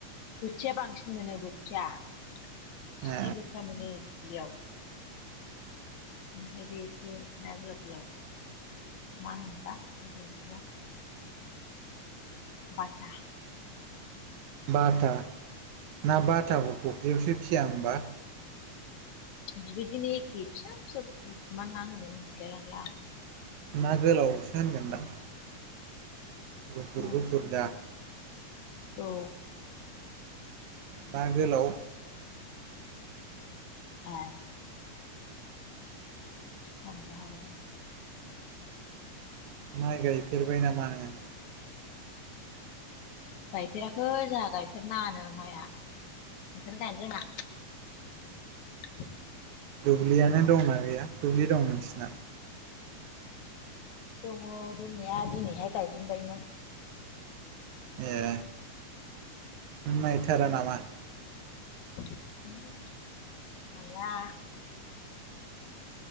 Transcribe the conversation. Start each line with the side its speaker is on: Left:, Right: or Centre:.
Left: बोथिया बांसिन मोनो बोथिया <inaudible>
Right: ए
Left: जि बोथिया मोनो दुब्लियाव
Right: <inaudible>
Left: ओमफ्राय बे एसे ना गोलाव गोलाव मा होनोबा <unintelligible> बाटा
Right: बाटा <inaudible> ना बाटाखौ फख्रियावसो फिसिया होमबा?
Left: बिबायदिनो एखे फिसा फिसा <unintelligible> मा ना होनो मिथिलायलां ला
Right: ना गोलावसो होनगोनदां। गुफुर
Left: आं
Right: गुफुरदा?
Left: औ
Right: ना गोलाव।
Left: ए जानोबो हागौदां।
Right: माइ गायफेरबाय नामा नोङो?
Left: गायफेराखै जोंहा गायफेरनाङानो माइआ। ओंखायनो गायनो रोङा। <inaudible>
Right: दुब्लियानो दंना गैया दुब्लि दं नोंसिना?
Left: दङ दंनाया दिनैहाय गायजेनबायमोन।
Right: ए <inaudible> नायथारा नामा?
Left: ओमहो नाया।